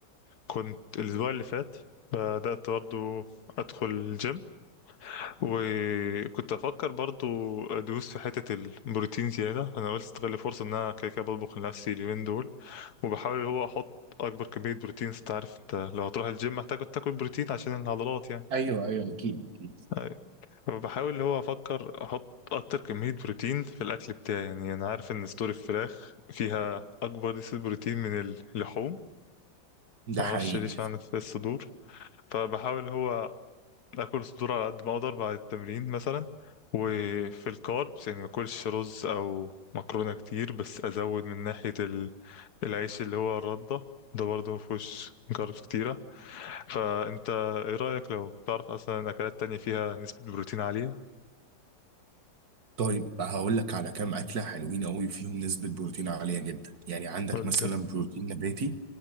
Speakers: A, on the left; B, on the right.
A: كنت الأسبوع اللي فات بدأت برضو أدخل الجيم وكنت أفكر برضو أدوس في حتة البروتين زيادة أنا قلت استغل الفرصة إن أنا كده كده بطبخ لنفسي اليومين دول وبحاول اللي هو أحط أكبر كمية بروتين أنت عارف أنت لو هتروح الجيم محتاج تاكل بروتين عشان العضلات يعني
B: ايوه ايوه اكيد اكيد
A: أيوة. فبحاول اللي هو أفكر أحط أكتر كمية بروتين في الأكل بتاعي يعني أنا عارف إن صدور الفراخ فيها أكبر نسبة بروتين من اللحوم
B: ده
A: معرفش
B: حقيقي
A: ليش معنى في الصدور فبحاول هو باكل صدور على قد ما اقدر بعد التمرين مثلا وفي الكاربس يعني ما اكلش رز او مكرونه كتير بس ازود من ناحيه ال- العيش اللي هو الرده ده برضه ما فيهوش كاربس كتيره فانت ايه رايك لو تعرف اصلا اكلات تانية فيها نسبه بروتين عاليه
B: طيب هقول لك على كام اكله حلوين قوي فيهم نسبه بروتين عاليه جدا يعني عندك
A: قول
B: مثلا
A: لي كده
B: بروتين نباتي